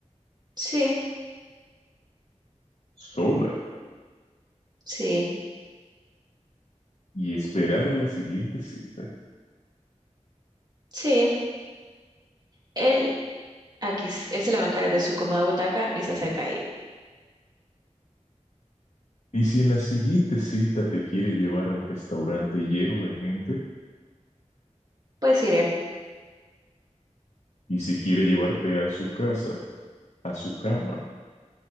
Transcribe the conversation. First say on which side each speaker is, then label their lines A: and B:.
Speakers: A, on the right; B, on the left.
A: Sí,
B: sola
A: sí,
B: y esperar a la siguiente cita?
A: sí. Él aquí, s- él se levanta de su cómoda butaca y se acerca a ella.
B: Y si en la siguiente cita te quiere llevar a un restaurante lleno de gente,
A: Pues iré.
B: y si quiere llevarte a su casa, a su cama,